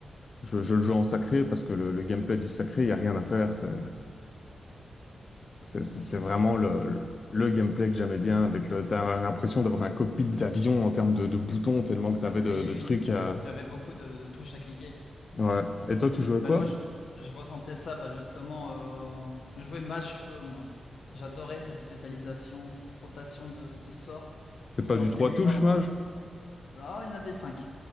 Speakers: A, on the left; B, on the left.
A: je, je le joue en sacré parce que le, le gameplay du sacré, il n'y a rien à faire. C'est c'est- c'est- c'est vraiment le, le gameplay que j'aimais bien. Avec le, t'as l'impression d'avoir un cockpit d'avion en termes de, de boutons, tellement que t'avais
B: oui.
A: de, de trucs
B: oui.
A: à.
B: Tu avais beaucoup de, de touches à cliquer.
A: Ouais. Et toi, tu jouais
B: Mais
A: quoi?
B: moi, je, je ressentais ça, bah, justement. euh, en- je jouais mage-feu, moi. J'adorais cette spécialisation, cette rotation de, de sorts
A: C'est
B: qui
A: pas du
B: entraînait
A: trois touches,
B: énorme.
A: mage?
B: Ah, il y en avait cinq.